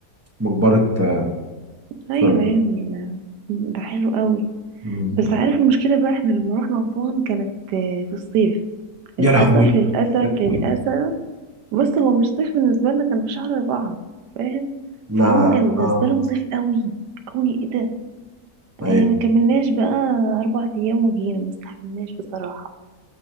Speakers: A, on the right; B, on the right.
A: مقبرة آه،
B: ايوه
A: فرعون
B: يا ابني ده ده حلو قوي
A: مم.
B: بس عارف المشكله بقى احنا لما رحنا اسوان كانت آه، في الصيف
A: يا
B: للاسف
A: لهوي
B: للاسف
A: يا
B: للاسف
A: لهوي
B: بص هو مش صيف بالنسبة لنا كان في شهر أربعة فاهم
A: لا
B: فهم كان بالنسبة
A: اه
B: لهم صيف قوي قوي ايه ده
A: ايوه
B: آه ما كملناش بقى أربع أيام وجينا ما استحملناش بصراحة